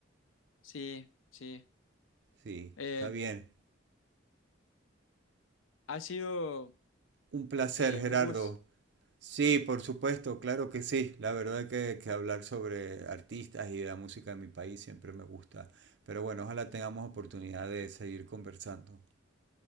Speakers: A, on the left; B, on the right.
A: Sí, sí.
B: Sí,
A: Eh,
B: está bien.
A: ha sido
B: Un placer,
A: eh,
B: Gerardo.
A: un gusto.
B: Sí, por supuesto, claro que sí. La verdad que, que hablar sobre artistas y la música de mi país siempre me gusta. Pero bueno, ojalá tengamos oportunidad de seguir conversando.